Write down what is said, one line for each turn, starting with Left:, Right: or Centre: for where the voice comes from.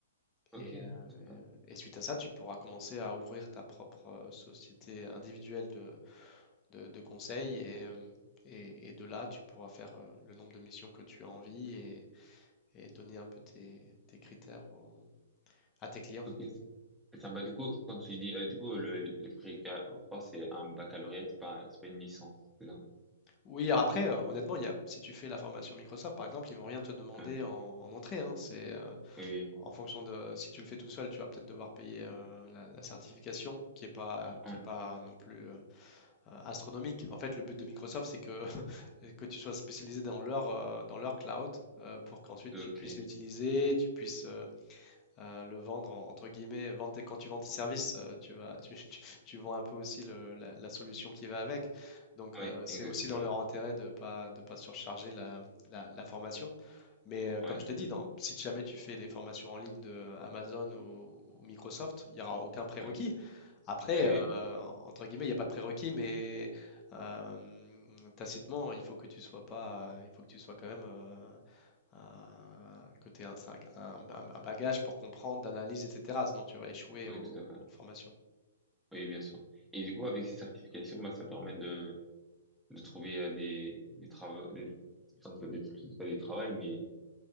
Centre: Ok,
Left: Et, heu
Centre: sympa.
Left: et suite à ça, tu pourras commencer à ouvrir ta propre, heu, société individuelle de de de conseil et hem et et de là, tu pourras faire, heu, le nombre de missions que tu as envie et et donner un peu tes tes critères aux à tes clients.
Centre: Ok, c'est sympa. Du coup, quand tu dis, euh, du coup, le, le préca, quoi, c'est un baccalauréat, c'est pas, c'est pas une licence, c'est ça?
Left: Oui, après, heu, honnêtement, il y a si tu fais la formation Microsoft, par exemple, ils vont rien te demander
Centre: Ouais.
Left: en en entrée, hein. C'est, heu,
Centre: Oui,
Left: en fonction de si tu le fais tout seul, tu vas peut-être devoir payer, heu, la la certification qui est pas
Centre: oui.
Left: qui est pas non plus, euh, euh, astronomique. En fait, le but de Microsoft, c'est que, <laughs> que tu sois spécialisé dans leur, euh, dans leur cloud euh, pour qu'ensuite
Centre: Ouais.
Left: tu
Centre: Ok.
Left: puisses l'utiliser, tu puisses euh, euh, le vendre en- entre guillemets, vendre tes- quand tu vends tes services, euh, tu vas, tu, <laughs> tu- tu vends un peu aussi le- la, la solution qui va avec. Donc
Centre: Ouais,
Left: euh, c'est
Centre: exactement.
Left: aussi dans leur intérêt de pas de pas surcharger la, la- la formation. Mais euh, comme
Centre: Ouais,
Left: je te dis, dans, si jamais tu fais les formations en ligne de Amazon ou, ou Microsoft, il n'y aura aucun prérequis.
Centre: ouais,
Left: Après,
Centre: ouais,
Left: euh, entre guillemets, il n'y a pas de prérequis, mais euh, tacitement, il faut que tu sois pas, il faut que tu sois quand même euh, un- que tu aies un, sac- un- un- un bagage pour comprendre, d'analyse, etc. Sinon, tu vas échouer
Centre: oui,
Left: aux,
Centre: oui, tout à fait.
Left: aux formations.
Centre: Oui, bien sûr. Et du coup, avec ces certifications, bah, ça permet de, de trouver euh, des, des travaux, des, enfin, pas des, pas des travails, mais